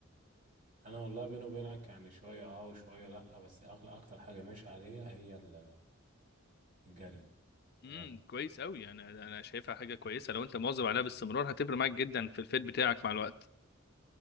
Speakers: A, on the right; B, on the left.
A: انا والله بيني وبينك يعني شويه اه وشويه لا بس اغلى اكتر حاجه ماشي عليها هي ال- الجري تمام
B: امم كويس قوي انا انا شايفها حاجه كويسه لو انت مواظب عليها باستمرار هتفرق معاك جدا في الفيت بتاعك مع الوقت